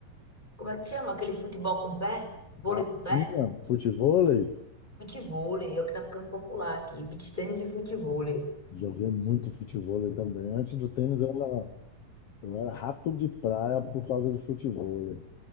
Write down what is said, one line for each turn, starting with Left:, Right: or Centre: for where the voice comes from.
Centre: como é que chama? Aquele futebol com pé? Vôlei
Left: Tá?
Centre: com pé?
Left: Tinha futevôlei,
Centre: Futevôlei, é o que tá ficando popular aqui, beach tênis e futevôlei.
Left: joguei muito futevôlei também. Antes do tênis, eu era, eu era rato de praia por causa de futevôlei.